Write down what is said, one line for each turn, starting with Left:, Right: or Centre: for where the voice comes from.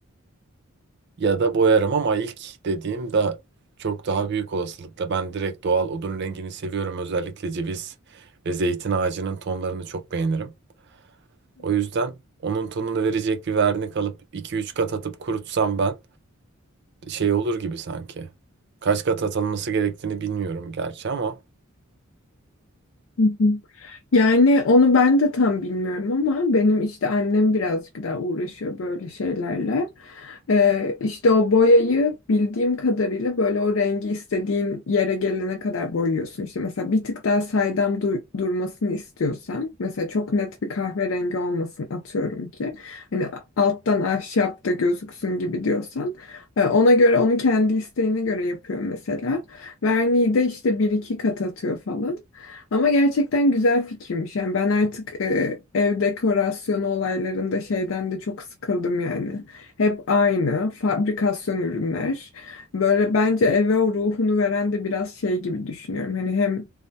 Right: Ya da boyarım ama ilk dediğim daha çok daha büyük olasılıkla ben direkt doğal odun rengini seviyorum. Özellikle ceviz ve zeytin ağacının tonlarını çok beğenirim. O yüzden onun tonunu verecek bir vernik alıp iki üç kat atıp kurutsam ben şey olur gibi sanki. Kaç kat atılması gerektiğini bilmiyorum gerçi ama
Left: <laughs> Yani onu ben de tam bilmiyorum ama benim işte annem birazcık daha uğraşıyor böyle şeylerle. Ee, işte o boyayı bildiğim kadarıyla böyle o rengi istediğin yere gelene kadar boyuyorsun. İşte mesela bir tık daha saydam du- durmasını istiyorsan mesela çok net bir kahverengi olmasın atıyorum ki. Hani alttan ahşap da gözüksün gibi diyorsan. e, ona göre onu kendi isteğine göre yapıyor mesela. Verniği de işte bir iki kat atıyor falan. Ama gerçekten güzel fikirmiş. Yani ben artık e, ev dekorasyonu olaylarında şeyden de çok sıkıldım yani. Hep aynı fabrikasyon ürünler. Böyle bence eve o ruhunu veren de biraz şey gibi düşünüyorum. Hani hem